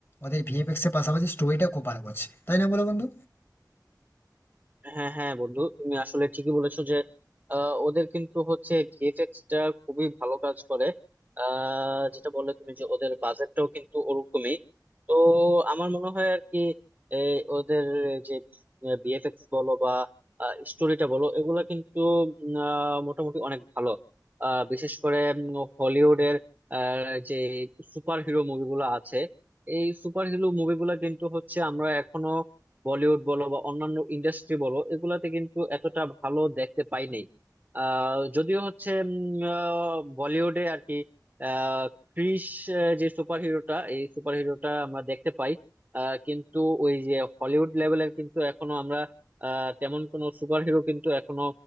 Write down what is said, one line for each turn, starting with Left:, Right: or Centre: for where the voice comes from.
Left: ওদের ভিএফএক্স এর পাশাপাশি স্টোরিটা খুব ভালো করছে তাই না বলো বন্ধু
Right: হ্যাঁ হ্যাঁ বন্ধু তুমি আসলে ঠিকই বলেছো যে আহ, ওদের কিন্তু হচ্ছে ভিএফএক্স টা খুবই ভালো কাজ করে আহ, যেটা বললে তুমি যে ওদের বাজেটটাও কিন্তু ওরকমই তো আমার মনে হয় আর কি এই ওদের যে ভিএফএক্স বলো বা স্টোরিটা বলো এগুলা কিন্তু উম, আহ, মোটামুটি অনেক ভালো আহ, বিশেষ করে হলিউডের যে সুপার হিরো মুভিগুলো আছে এই সুপার হিরো মুভিগুলো কিন্তু হচ্ছে আমরা এখনো বলিউড বলো বা অন্যান্য ইন্ডাস্ট্রি বলো এগুলাতে কিন্তু এতটা ভালো দেখতে পাই নাই আহ, যদিও হচ্ছে উম, আহ, বলিউডে আর কি আহ, ক্রিস আহ, যে সুপার হিরোটা এই সুপার হিরোটা আমরা দেখতে পাই আহ, কিন্তু ওই যে হলিউড লেভেলের কিন্তু এখনো আমরা আহ, তেমন কোনো সুপার হিরো কিন্তু এখনো